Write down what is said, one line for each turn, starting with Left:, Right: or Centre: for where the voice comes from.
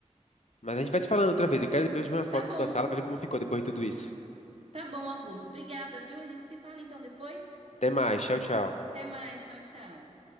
Left: Mas a gente vai se falando outra vez. Eu quero depois ver uma foto
Right: Tá bom.
Left: da tua sala para ver como ficou depois de tudo isso.
Right: Tá bom, Augusto. Obrigada, viu? A gente se fala então depois.
Left: Até mais, tchau, tchau.
Right: Até mais. Tchau, tchau.